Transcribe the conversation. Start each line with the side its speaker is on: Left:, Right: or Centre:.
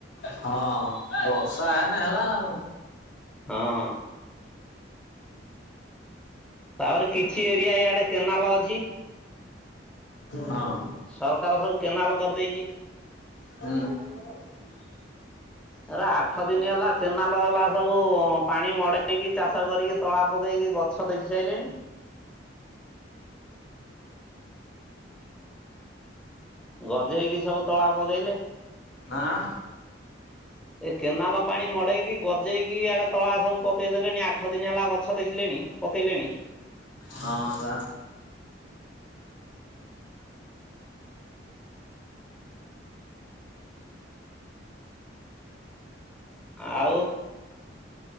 Left: ହଁ ବର୍ଷା ହେନେ ହେଲା ଆଉ।
Centre: ହଁ। ତାପରେ କିଛି ଏରିଆ ଇଆଡେ କେନାଲ ଅଛି।
Left: ହଁ।
Centre: ସରକାର ସବୁ କେନାଲ କରିଦେଇଚି।
Left: <inaudible>
Centre: <inaudible> ଏରା ଆଠ ଦିନି ହେଲା କେନାଲ ବାଲା ସବୁ ପାଣି ମଡେଇକି ଚାଷ କରିକି ତଳା ପକେଇକି ଗଛ ଦେଖି ସାରିଲେଣି। ଗଜେଇକି ସବୁ ତଳା ପକେଇଲେ।
Left: ହାଁ।
Centre: <inaudible> ଏ କେନାଲ ପାଣି ମଡେଇକି ଗଜେଇକି ଇଡେ ତଳା ସବୁ ପକେଇଦେଲେଣି ଆଠ ଦିନ ହେଲା ଗଛ ଦେଖିଲେଣି। ପକେଇଲେଣି।
Left: ହଁ ବା।
Centre: ଆଉ?